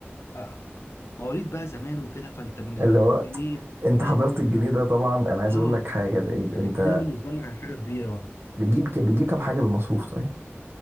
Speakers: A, on the left; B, on the right.
A: آه، مواليد بقى زمان وكده فانت بالنسبه
B: اللي
A: لك
B: هو
A: جنيه
B: انت
A: فاهم
B: حضرت
A: يعني
B: الجنيه ده طبعا انا عايز
A: اه
B: اقول لك حاجه ده انت
A: كان
B: انت
A: الجنيه بالنسبه لنا كان حاجه كبيره بقى
B: بتجيب ك- بتجيب كام حاجه بالمصروف طيب